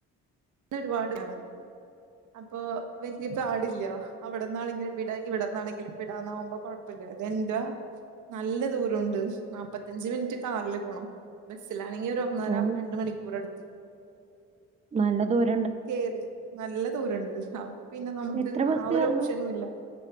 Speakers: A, on the right (about 75°); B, on the right (about 20°).
A: ഇത് ഒരുപാടാണ് അപ്പോ വല്യയ പാടില്ല അവിടന്നാണെങ്കിലും വിട ഇവിടന്നാണെങ്കിലും വിടാന്നാകുമ്പോ- പിന്നെ അത് എന്റെ നല്ല ദൂരണ്ട് നാൽപ്പത്തിയഞ്ച് മിനിറ്റ് കാറില് പോണം. ബസ്സിലാണെങ്കിൽ ഒന്നര
B: ആഹ്
A: രണ്ട് മണിക്കൂർ എടുക്കും.
B: നല്ല ദൂരം
A: കേറി നല്ല ദൂരണ്ട് അപ്പോ പിന്നെ നമുക്ക്
B: എത്ര ബസ്
A: ആ ഒരു
B: കേറണം
A: ഓപ്ഷനുല്ല.